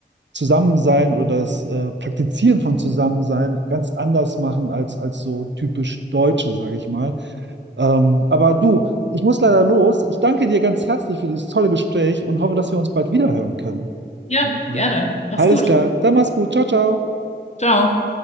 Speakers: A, on the right; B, on the left.
A: Zusammensein oder das äh, Praktizieren von Zusammensein ganz anders machen als, als so typisch Deutsche, sage ich mal. Ähm, aber du, ich muss leider los. Ich danke dir ganz herzlich für dieses tolle Gespräch und hoffe, dass wir uns bald wieder hören können
B: Ja,
A: jeden Fall.
B: gerne. Mach's
A: Alles
B: gut.
A: klar, dann mach's gut. Ciao, ciao.
B: Ciao.